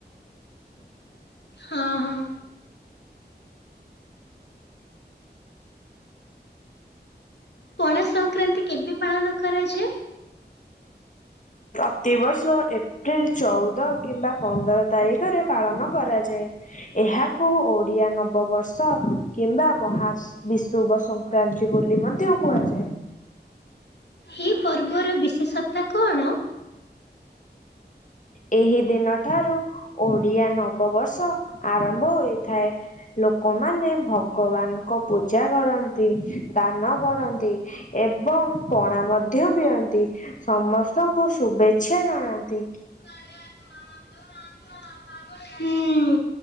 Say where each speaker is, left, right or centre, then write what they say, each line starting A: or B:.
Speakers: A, on the left; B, on the left.
A: ହଁ ହଁ ପଣା ସଂକ୍ରାନ୍ତି କେବେ ପାଳନ କରାଯାଏ?
B: ପ୍ରତିବର୍ଷ ଏପ ପ୍ରିଲ ଚଉଦ କିମ୍ବା ପନ୍ଦର ତାରିଖରେ ପାଳନ କରାଯାଏ। ଏହାକୁ ଓଡିଆ ନବବର୍ଷ କିମ୍ବା ମହା ବିଶୁଭ ସଂକ୍ରାନ୍ତି ବୋଲି ମଧ୍ୟ କୁହାଯାଏ।
A: ଏହି ପର୍ବର ବିଶେଷତା କଣ?
B: ଏହି ଦିନ ଠାରୁ ଓଡିଆ ନବବର୍ଷ ଆରମ୍ଭ ହୋଇଥାଏ। ଲୋକମାନେ ଭଗବାନଙ୍କ ପୂଜା କରନ୍ତି ଦାନ କରନ୍ତି। ଏବଂ ପଣା ମଧ୍ୟ ପିଅନ୍ତି। ସମସ୍ତଙ୍କୁ ଶୁଭେଚ୍ଛା ଜଣାନ୍ତି।
A: <inaudible> ହୁଁ